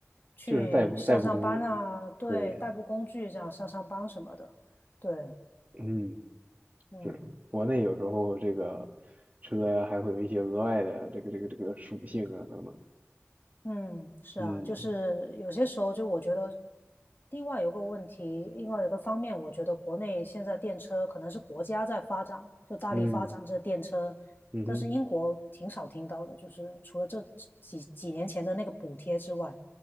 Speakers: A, on the left; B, on the right.
A: 去上上班啊，
B: 就是代步代步工具，
A: 对，
B: 对。
A: 代步工具这样上上班什么的，对，
B: 嗯，
A: 嗯
B: 是的，国内有时候这个车呀，还会有一些额外的这个这个这个属性啊等等。
A: 嗯，是啊，
B: 嗯
A: 就是有些时候就我觉得，另外有个问题，另外有个方面，我觉得国内现在电车可能是国家在发展，就大力发展这电车。
B: 嗯嗯哼，
A: 但是英国挺少听到的，就是除了这几几年前的那个补贴之外，